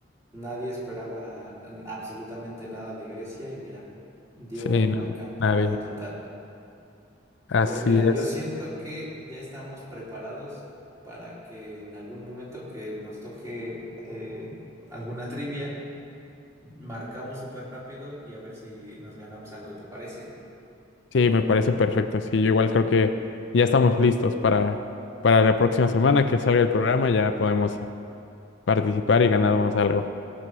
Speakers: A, on the right (about 15°); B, on the left (about 70°).
A: Nadie esperaba mm, absolutamente nada de Grecia y mira, dio
B: Sí, no,
A: la campanada
B: nadie.
A: total.
B: Así
A: Pues mira,
B: es.
A: yo siento que ya estamos preparados para que en algún momento que nos toque eh, alguna trivia, marcamos súper rápido y a ver si nos ganamos algo, ¿te parece?
B: Sí, me parece perfecto. Sí, yo igual creo que ya estamos listos para, para la próxima semana que salga el programa, ya podemos participar y ganarnos algo.